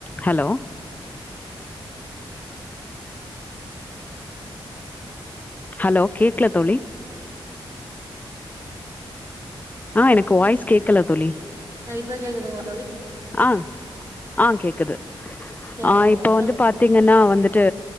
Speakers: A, on the left (about 15°); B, on the right (about 30°).
A: hello hello கேக்ல தோழி ஆ எனக்கு வாய்ஸ் கேக்கல தோழி
B: அ இப்ப கேக்குதுங்ளா
A: ஆஹ் ஆஹ் கேக்குது
B: சேரிங்க
A: ஆ
B: தோழி
A: இப்ப
B: சொல்லுங்க
A: வந்து பாத்தீங்கன்னா
B: தோழி
A: வந்துட் ட்டு